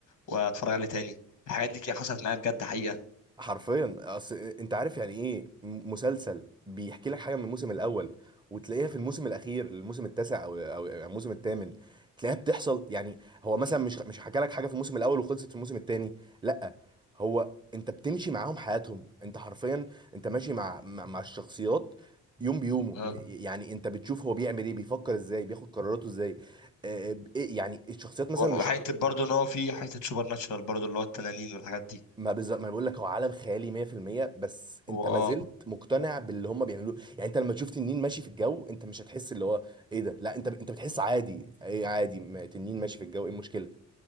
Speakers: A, on the left; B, on the right.
A: واتفرج عليه تاني الحاجات دي كده حصلت معايا بجد حقيقه
B: حرفيا اصل انت عارف يعني ايه م- مسلسل بيحكي لك حاجه من الموسم الاول وتلاقيها في الموسم الاخير الموسم التاسع او او يعني الموسم الثامن تلاقيها بتحصل يعني هو مثلا مش مش حكى لك حاجه في الموسم الاول وخلصت في الموسم الثاني لا هو انت بتمشي معاهم حياتهم انت حرفيا انت ماشي مع مع, مع الشخصيات يوم بيومه
A: اه
B: م- يعني انت بتشوف هو بيعمل ايه بيفكر ازاي بياخد قراراته ازاي آه، إيه- يعني الشخصيات مثلا
A: وح- وحته
B: مش
A: برضه ان هو في حته سوبر ناتشرال برضه اللي هو التنانين والحاجات دي
B: ما بالظبط ما انا بقول لك هو عالم خيالي 100% بس انت
A: هو
B: ما
A: اه
B: زلت مقتنع باللي هم بيعملوه يعني انت لما تشوف تنين ماشي في الجو انت مش هتحس اللي هو ايه ده لا انت انت بتحس عادي ايه عادي ما تنين ماشي في الجو ايه المشكله